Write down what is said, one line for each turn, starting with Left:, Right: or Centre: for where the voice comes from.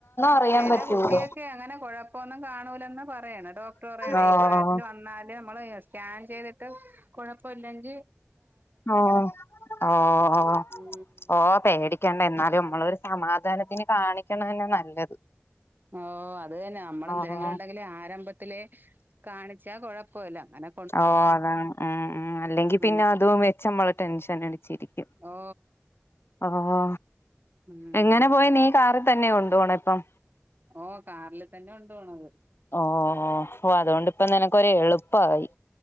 Left: അറിയാൻ
Right: ചില
Left: പറ്റൂല
Right: കുട്ടിയക്കെ അങ്ങനെ കുഴപ്പ പ്പം ഒന്നും കാണൂലന്ന് പറയണ് ഡോക്ടർ പറയണേ
Left: ആഹ്
Right: ഈ പ്രായത്തിൽ വന്നാല് നമ്മള് സ്‌കാൻ ചെയ്തിട്ട് കുഴപ്പ ഇല്ലങ്കിൽ
Left: ഓ ഓഓ ഓ
Right: ഉം
Left: ഓം പേടിക്കണ്ട എന്നാലും നമ്മളൊ ഒരു സമാധാനത്തിന് കാണിക്കണം തന്നെ നല്ലത്
Right: ഓ അത് തന്നെ നമ്മള് എന്തെങ്കിലും
Left: ആഹ്
Right: ണ്ടെങ്കിൽ ആരംഭത്തില കാണിച്ചാ കുഴപ്പമില്ല അങ്ങ
Left: ഓ അതാണ് ഉം ഉം അല്ലെങ്കി
Right: ഉം
Left: പിന്നെ അത ച്ചമ്മള് ടെൻഷൻ അടിച്ചിരിക്കും
Right: ഓ
Left: ആഹ്‌
Right: ഉം
Left: എങ്ങനെ പോയി നീ കാറിൽ തന്നെ കൊണ്ട് പോണ ഇപ്പം
Right: ഓ കാറില് തന്നെ കൊണ്ടോണത്
Left: ഓ ഓ അതുകൊണ്ട്പ്പ നനക്ക് ഒരു എളുപ്പായി